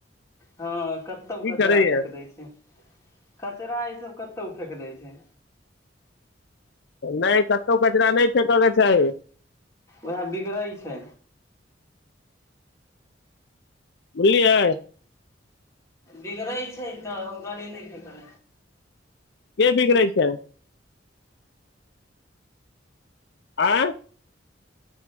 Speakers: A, on the left; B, on the left.
A: हँ कतउ
B: की
A: कचरा
B: करैया
A: फेक दै छै कचरा ई सब कतऊ फेक दै छै
B: नहि क कतो कचरा नहि फेकऽके चाही
A: ओहै बिगड़ै छै
B: बोझलियै
A: बिगड़ै छै तऽ गली नहि तं
B: के बिगड़ै छै आँ